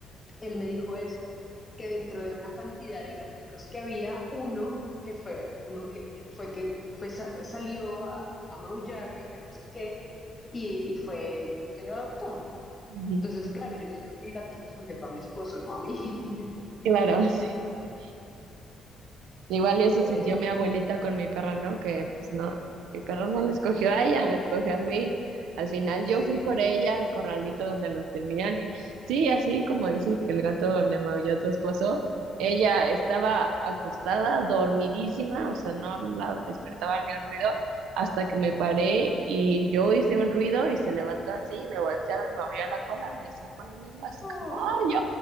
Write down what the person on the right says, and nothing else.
ujú,
Claro, <laughs> sí. sí. Igual y eso
sintió mi abuelita con mi perro, ¿no? Que pues no, mi perro no le escogió a
ella, me escogió a mí. Al final
yo fui por ella al corralito donde los tenían y sí, así como dices que el gato le maulló a tu esposo, ella estaba acostada, dormidísima, o sea, no la despertaba ni un ruido hasta que me paré y yo hice un ruido y se levantó así, me voltearon, me movió la cola, me sacó la lengua así
como ¡ay!